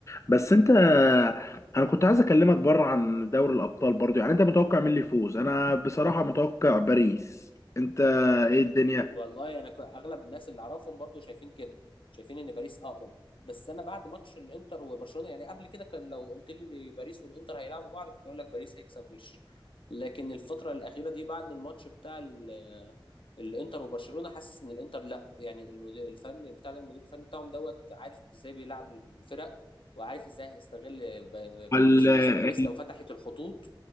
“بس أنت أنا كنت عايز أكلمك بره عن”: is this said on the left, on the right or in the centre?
Left